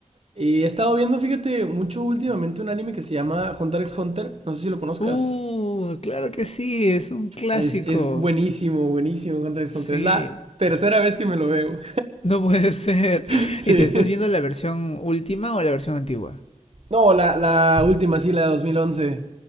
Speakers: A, on the right; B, on the left.
A: y he estado viendo, fíjate, mucho últimamente un anime que se llama Hunter x Hunter. No sé si lo conozcas.
B: Uh, claro que sí, es un clásico.
A: Es, es buenísimo, buenísimo Hunter x
B: Sí,
A: Hunter. Es la tercera vez que me lo veo.
B: no puede ser. <laughs>
A: <laughs> Sí.
B: ¿Y te estás viendo la versión última o la versión antigua?
A: No, la, la última, sí, la de 2011.